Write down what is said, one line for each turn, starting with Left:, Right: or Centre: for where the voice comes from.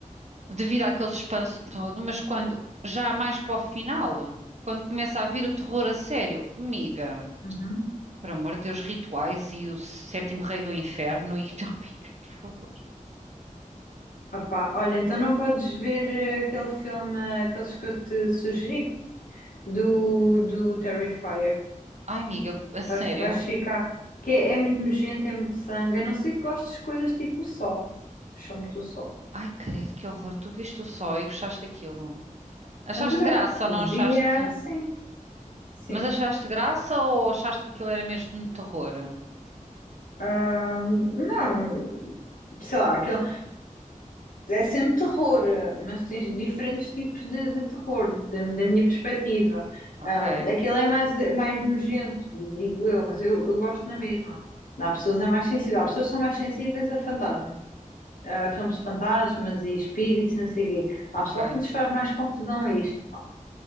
Right: devido àquele suspense todo, mas quando já mais para o final, quando começa a vir o terror a sério, amiga,
Left: uhum.
Right: por amor de Deus, rituais e o sétimo rei do inferno e <laughs> não, amiga, por favor.
Left: Opá, olha, então não podes ver eh, aquele filme, eh, aqueles que eu te sugeri, do, do Terrifier.
Right: Ai, amiga, a sério.
Left: Vais, vais ficar. Que é, é muito nojento, é muito sangue. A não ser que gostes de coisas tipo o Sol. Os filmes do Sol.
Right: Ai, credo, que horror. Tu viste o só e gostaste daquilo. Achaste
Left: Adorei.
Right: graça,
Left: Via,
Right: não achaste?
Left: sim, sim.
Right: Mas achaste graça ou achaste que aquilo era mesmo terror?
Left: Ahm, não, sei lá, aquele. É sempre terror, eh, mas tens diferentes tipos de, de terror, da, da minha perspectiva.
Right: Ok,
Left: Ahm, aquele é mais, de- mais nojento, digo eu, mas eu, eu gosto na mesma. Há pessoas é mais sensível, há pessoas que são mais sensíveis a fantasmas, a filmes de fantasmas e espíritos e não sei o quê. Há
Right: ok.
Left: pessoal que lhes faz mais confusão a isto. pá.